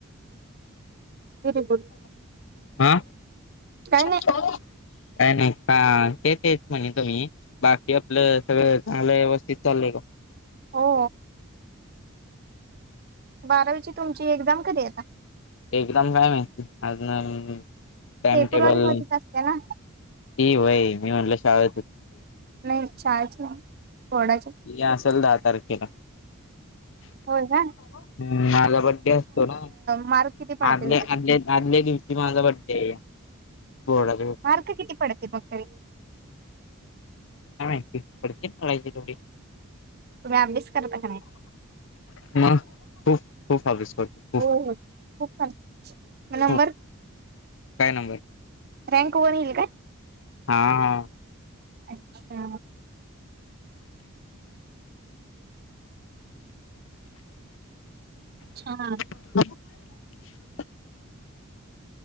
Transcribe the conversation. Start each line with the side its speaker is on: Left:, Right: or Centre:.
Right: Very good.
Left: हा
Right: काय
Left: नाही
Right: नाही
Left: का ते तेच म्हणे तुम्ही. बाकी आपलं सगळे चांगलं व्यवस्थित चाललंय का.
Right: हो. बारावीची तुमची एक्झाम कधी आहे आता.
Left: एकदम नाही माहिती आज नवीन टाइम
Right: फेब्रुवारी
Left: टेबल.
Right: मध्येच असते ना
Left: ही वई मी म्हटलं शाळेत. होती
Right: नाही चचाज थोडाचे.
Left: या असेल दहा तारखेला.
Right: होय काय.
Left: हम् माझा बडडे असतो ना
Right: मार्क किती पडतील
Left: आल्या
Right: तरी
Left: आल्या आदल्या दिव- ती माझा बड़्डे बोर्डा
Right: मार्क किती पडते मग तरी.
Left: काय माहिती पडतेत पडायचे तेवढे.
Right: तुम्ही अभ्यास करता का नाही.
Left: म खू खूप अभ्यास करतो. खूप
Right: हो हो खूप छान म नंबर.
Left: खूप काय नंबर.
Right: रँक वन ईल काय?
Left: हा हा.
Right: अच्छा. छान.
Left: ह.